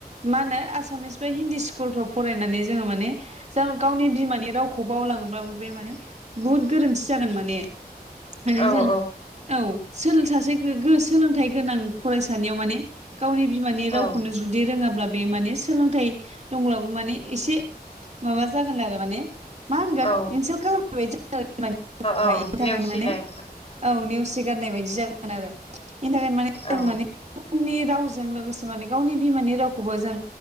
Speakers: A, on the right; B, on the left.
A: मा होनो आसामिस बा हिन्दी स्कुलफ्राव फरायनानै जोङो माने जों गावनि बिमानि रावखौ बावलाङोब्लाबो बे माने बुहुद गोरोन्थि जागोन माने माने
B: औ
A: जों औ। सोल सासे गो गो सोलोंथाइ गोनां फरायसानियाव माने गावनि बिमानि रावखौनो
B: औ
A: जुदि रोङाब्ला बे माने सोलोंथाइ दंब्लाबो माने एसे माबा जागोन आरो माने मा होनगोन?
B: औ
A: इन्टसेल खालामनाय बादि जागोन आरो
B: औ
A: इनि थाखायनो
B: नेवसिनाय
A: माने औ नेवसि गारनाय बादि जागोन आरो नि थाखाय जों
B: औ
A: माने उननि रावजों लोगोसे माने गावनि बिमानि रावखौबो जों